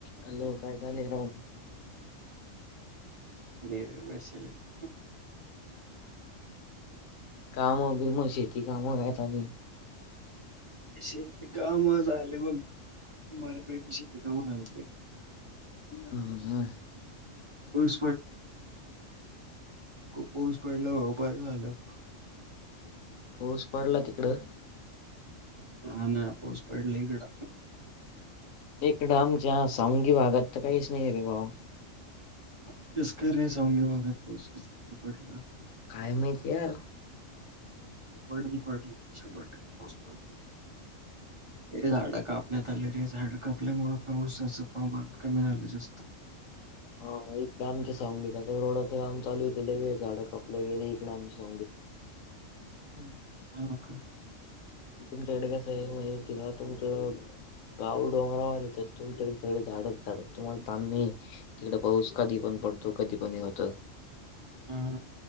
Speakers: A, on the left; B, on the right.
A: Hello काय चालू आहे राव.
B: <unintelligible>
A: काम बीम शेती काम <unintelligible>
B: शेती काम झालं बघ बरपैकी शेती काम झालं. <unintelligible>
A: हम्म हम्म.
B: खूप पाऊस पडल्यावर <unintelligible>
A: पाऊस पडला तिकडं.
B: हाना पाऊस पडला इकड.
A: एक डामच्या सऊंगी भागात तर काहीच नाही रे भावा.
B: <unintelligible>
A: काय माहीती यार.
B: पळली पळली शंभर टक्के पाऊस पडली. हे झाड कापण्यात आले ते झाड कापल्यामुळे पावसाच प्रमान कमी झालं जास्त.
A: हा एक ना आमचे सांगीत आता रोडाचं काम चालू येतं झाड कपलं गेले एक नामच सांगीत.
B: <unintelligible> का.
A: तुमच्याकडे कसं आहे म्हणजे एक हेना तुमचं. गाव डोंगरावर येतात तुम <unintelligible> त्यातून सगळे झाड. तुम्हाला त नाही तिकडे पाऊस कधी पण पडतो कधी पण हे होत.
B: हम्म